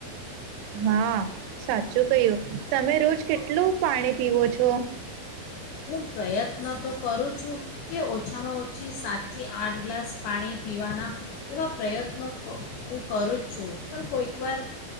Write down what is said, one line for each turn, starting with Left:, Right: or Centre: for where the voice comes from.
Right: હા સાચું કહ્યું તમે રોજ કેટલું પાણી પીવો છો.
Left: હું પ્રયત્ન તો કરું છું કે ઓછામાં ઓછી સાતથી આઠ ગ્લાસ પાણી પીવાના એવા પ્રયત્નો ક- ઓ કરું જ છું પણ કોઈક વાર